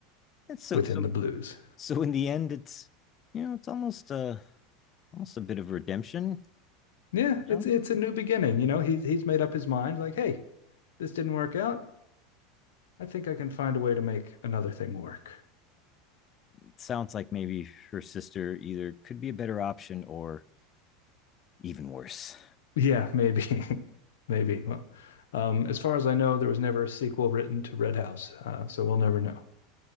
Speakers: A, on the left; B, on the left.
A: And so,
B: within
A: so,
B: the blues.
A: so in the end, it's, you know, it's almost a, almost a bit of redemption. you
B: Yeah, it's
A: know?
B: it's a new beginning. You know, he's he's made up his mind. Like, hey, this didn't work out. I think I can find a way to make another thing work.
A: It sounds like maybe her sister either could be a better option or even worse.
B: Yeah, maybe, <laughs> maybe. Well, um, as far as I know, there was never a sequel written to Red House, uh, so we'll never know.